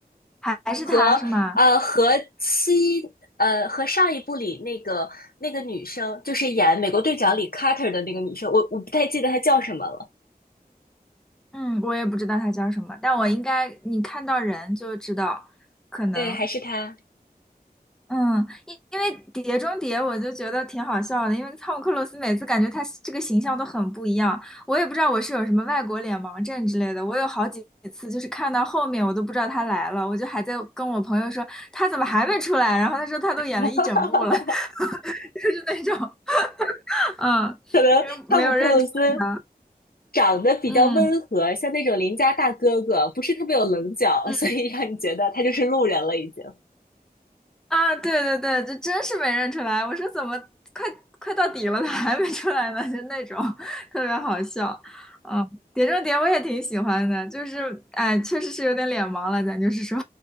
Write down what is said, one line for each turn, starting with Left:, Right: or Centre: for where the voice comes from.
Centre: 还还是他是吗？
Left: 和呃和七呃和上一部里那个那个女生，就是演美国队长里 Carter 的那个女生，我我不太记得她叫什么了。
Centre: 嗯，我也不知道他叫什么，但我应该你看到人就知道，可能
Left: 对，还是她。
Centre: 嗯，因因为《碟中谍》我就觉得挺好笑的，因为汤姆克鲁斯每次感觉他这个形象都很不一样，我也不知道我是有什么外国脸盲症之类的，我有好几次就是看到后面我都不知道他来了，我就还在跟我朋友说他怎么还没出来，然后他说他都演了一整部了，
Left: <laughs>
Centre: <laughs> 就是那种。嗯，
Left: 可能汤姆克鲁斯
Centre: 因为没有认出来他。
Left: 长得比较温和，
Centre: 嗯
Left: 像那种邻家大哥哥，不是特别有棱角，
Centre: 嗯
Left: 所以让你觉得他就是路人了已经。
Centre: 啊，对对对，这真是没认出来。我说怎么快快到底了，<laughs> 他还没出来呢？就那种 <laughs> 特别好笑。嗯，《碟中谍》我也挺喜欢的，就是哎，确实是有点脸盲了，咱就是说，